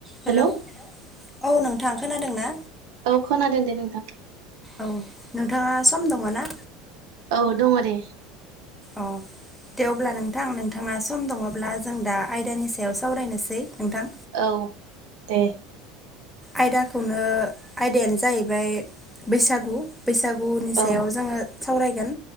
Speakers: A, in the centre; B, on the right (about 75°).
A: Hello
B: हेल'
A: औ नोंथां खोनादोंना
B: औ खोनादों दे नोंथां
A: औ नोंथाङा सम दङना
B: औ दङ दे
A: औ दे अब्ला नोंथां नोंथाङा सम दङब्ला जों दा आयदानि सायाव सावरायनोसै नोंथां
B: औ दे
A: आयदाखौनो आयदायानो जाहैबाय बैसागु बैसागुनि सायाव
B: औ
A: जोङो सावरायगोन